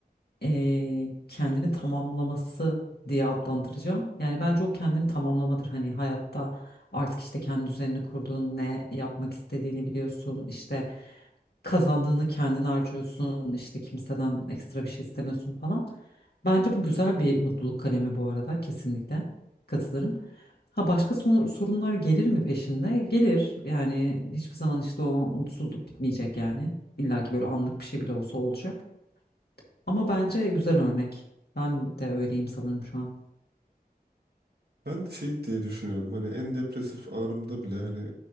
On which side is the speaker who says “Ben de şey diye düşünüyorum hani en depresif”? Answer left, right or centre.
Right